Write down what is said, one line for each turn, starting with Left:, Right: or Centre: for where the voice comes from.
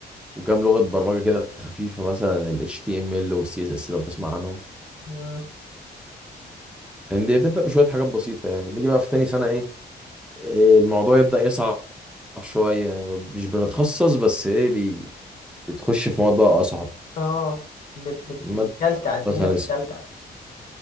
Centre: وكام لغة برمجة كده خفيفة مثلا ال HTML وال CSS لو تسمع عنهم
Left: مم.
Centre: يعني دي بتبدأ بشوية حاجات بسيطة يعني نيجي بقى في تاني سنة إيه إيه، الموضوع يبدأ يصعب شوية مش بنتخصص بس إيه بي بي- بتخش في مواد بقى أصعب
Left: اه بت... بت...
Centre: مادة
Left: بتكلكع الدنيا
Centre: مثلا
Left: بتكلكع
Centre: اسمها